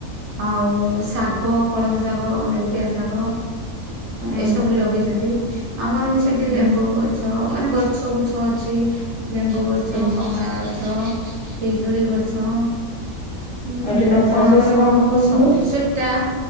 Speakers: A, on the right; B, on the left.
A: ଆଉ ଶାଗ କଳମ ଶାଗ ଶାଗ ନେଉଟିଆ ଶାଗ।
B: ହୁଁ
A: ଏସବୁ ଲଗେଇଛନ୍ତି ଆମର ବି ସେଠି ଲେମ୍ବୁ
B: ହୁଁ
A: ଗଛ ଛ ମାନେ ଗଛ ମାନେ ଗଛ ଗୁଛ ଅଛି ଲେମ୍ବୁ ଗଛ
B: ହୁଁ
A: କମଳା ଗ ଛ ପିଜୁଳି ଗଛ ହୁଁ
B: ଆଉ ଏଠି ତମ ଶାଶୁଘରେ
A: ପଣସ
B: କଣ
A: ଆମ୍ବ
B: କଣ
A: ସବୁ
B: ହୁଏ?
A: ସେପ୍ଟା